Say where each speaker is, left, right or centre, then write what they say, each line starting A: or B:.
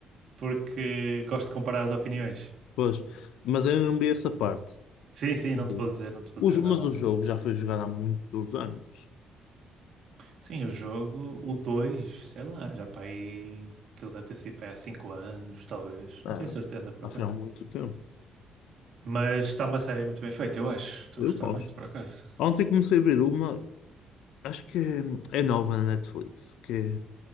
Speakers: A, on the right; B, on the left.
A: porque gosto de comparar as opiniões.
B: Pois, mas eu não vi essa parte.
A: Sim, sim,
B: Não
A: não
B: vi.
A: te vou dizer, não te vou
B: O
A: dizer
B: jo-
A: nada.
B: mas o jogo
A: mas-
B: já foi jogado há muitos anos.
A: Sim, o jogo, o 2 sei lá, já para aí, aquilo deve ter sido para aí há 5 anos, talvez,
B: Ah,
A: não tenho certeza por
B: já
A: acaso.
B: foi há muito tempo.
A: Mas está uma série muito bem feita, eu acho. Estou
B: Eu
A: a gostar
B: gosto.
A: muito, por acaso.
B: Ontem comecei a ver uma, acho que é, é nova na Netflix, que é,